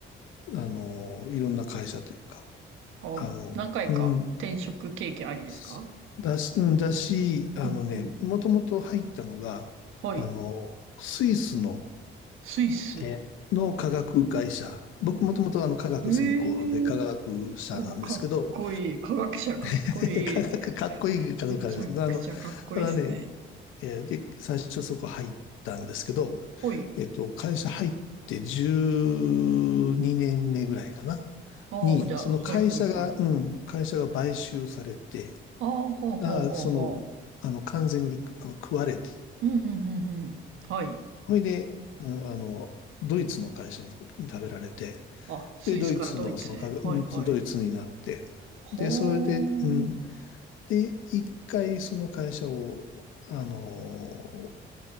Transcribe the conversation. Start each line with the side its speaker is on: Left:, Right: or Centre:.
Left: あの、いろんな会社というか、
Right: あ、もう何回か転職経験ありですか
Left: あの、うん、すだし、うんだし、あのね、
Right: うんうん。
Left: もともと入ったのが、
Right: はい。
Left: あの、スイスの、
Right: スイスの。
Left: えの化学会社。僕もともとあの化学専攻で化学者なんですけど、
Right: ええお、かっこいい。科学者かっこいい。
Left: <laughs> 化学かっこいいかどうかあれですけど、
Right: めちゃくちゃかっこいいですね。
Left: あの、ただね、えーで、最初そこ入ったんですけど、
Right: ほい。
Left: えっと、会社入って12年目ぐらいかな、
Right: ああ、
Left: に、
Right: じゃあ、
Left: その会社が、
Right: はいはいはい。
Left: うん、会社が買収されて、
Right: ああ、ほうほうほうほ
Left: が、その、あの、完全にあの食われて、
Right: う。うん、うん、うん、うん。はい。
Left: ほいで、うんあの、ドイツの会社に食べられて、
Right: あ、スイスからドイツへ。
Left: で、ドイツの、そのか、うんドイツになって、
Right: はいはい。ほ
Left: で、それで、うん、
Right: ー。
Left: で、一回その会社を、あの、